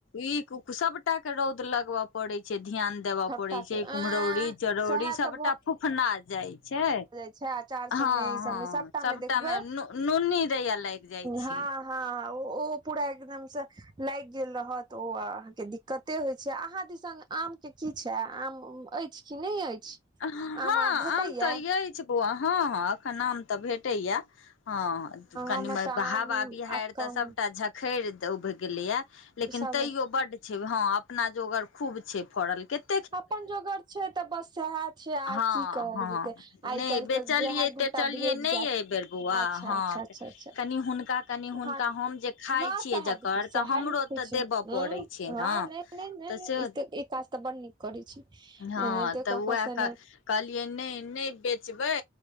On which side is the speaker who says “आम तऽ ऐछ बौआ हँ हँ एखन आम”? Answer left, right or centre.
Left